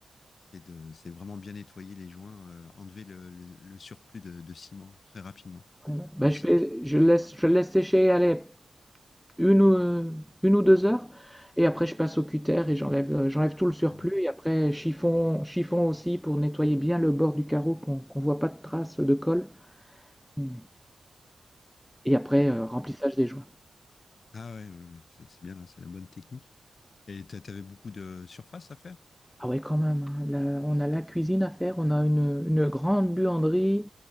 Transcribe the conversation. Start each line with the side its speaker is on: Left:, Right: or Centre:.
Left: c'est de, c'est vraiment bien nettoyer les joints, euh, enlever le, le, le surplus de, de, ciment très rapidement
Centre: Ouais, ouais. Bah,
Left: aussi.
Centre: je fais, je le laisse, je le laisse sécher, allez, une ou, heu, 1 ou 2 heures et après je passe au cutter et j'enlève, heu, j'enlève tout le surplus
Left: Ouais.
Centre: et après chiffon chiffon aussi pour nettoyer bien le bord du carreau qu'on qu'on voit pas de traces de colle Mmh. et après, heu, remplissage des joints.
Left: Ah ouais, ouais, ouais, c'est c'est bien là, c'est la bonne technique. Et t'a- t'avais beaucoup de surface à faire?
Centre: Ah ouais quand même, hein, là, on a la cuisine à faire, on a une une grande buanderie,